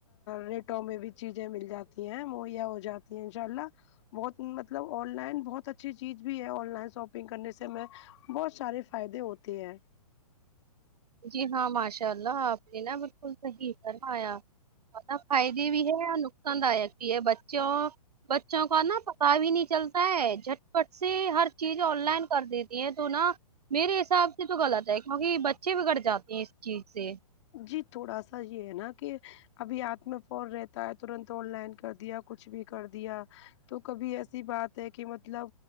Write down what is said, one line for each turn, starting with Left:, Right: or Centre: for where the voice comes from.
Left: ریٹوں میں بھی چیزیں مل جاتی ہیں مہیا ہو جاتی ہیں ان شاء اللہ بہت مطلب آن لائن بہت اچھی چیز بھی ہے آن لائن شاپنگ کرنے سے میں بہت سارے فائدے ہوتے ہیں
Right: جی ہاں ماشاء اللہ آپ نے نہ بالکل صحیح فرما یا اور فائدے بھی ہے اور نقصان دایک بھی ہے بچوں بچوں کو نا پتا بھی نہیں چلتا ہے جٹپٹ سے ہر چیز آن لائن کر دیتی ہے تو نا میرے حساب سے تو غلط ہے کیونکہ بچے بگڑ جاتے ہیں اس چیز سے
Left: جی تھوڑا سا یہ ہے نا کہ ابھی ہاتھ میں فون رہتا ہے ترنت ا لائن کر دیا کچھ بھی کر دیا تو کبھی ایسی بات ہے کہ مطلب